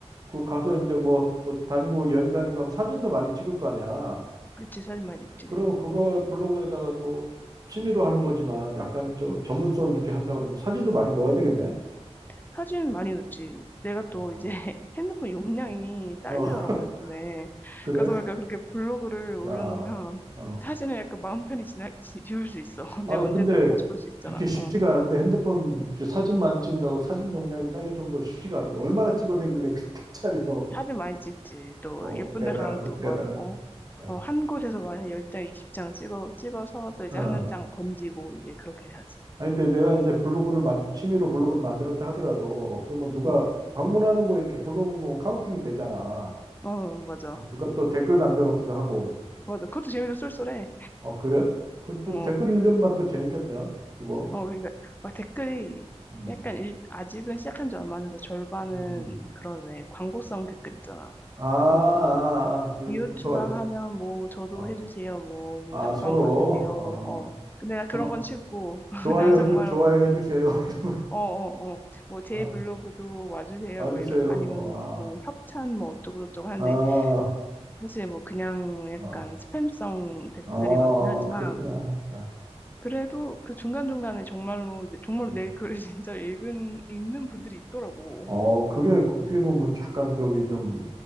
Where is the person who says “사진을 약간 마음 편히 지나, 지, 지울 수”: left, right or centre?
Left